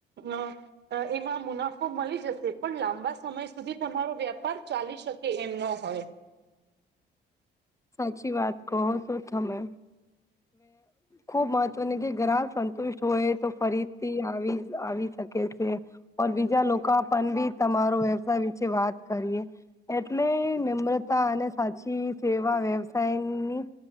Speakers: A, on the right; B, on the left.
A: અ, અ એમાં મુનાફો મળી જશે. પણ લાંબા સમય સુધી તમારો વ્યાપાર ચાલી શકે એમ નો હોય.
B: સાચી વાત કહો છો તમે, ખુબ મહત્વની કે ગ્રાહક રા સંતુષ હોય તો ફરીથી આવી આવી શક કે છે ઓર બીજા લોકો પણ બી તમારો વ્યવસાય વિશે વાત કરીએ. એટલે નમ્રતા અને સાચી સેવા વ્યવસાયની,